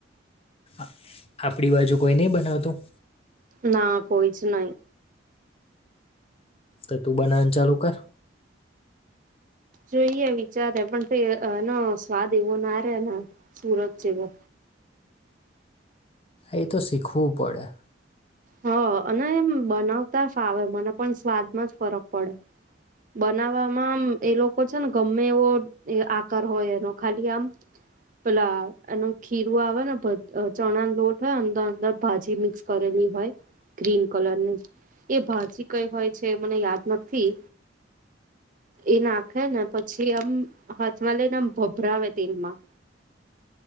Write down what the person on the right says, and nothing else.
ના કોઈ જ નહી.
જોઈએ વિચારે પણ તે એનો સ્વાદ એવો ના રે ને સુરત જેવો
હ અને એમ બનાવતા ફાવે મને પણ સ્વાદમાં જ ફરક પડે. બનાવવામાં આમ એ લોકો છે ને ગમે એવો આકાર હોય એનો ખાલી આમ પેલા એનું ખીરું આવે ને ચણા લોટ હોય અંદર અંદર ભાજી મિક્સ કરેલી હોય ગ્રીન કલરની એ ભાજી કઈ હોય છે મને યાદ નથી એ નાખે ને પછી આમ હાથમાં લઈને આમ ભભરાવે તેલમાં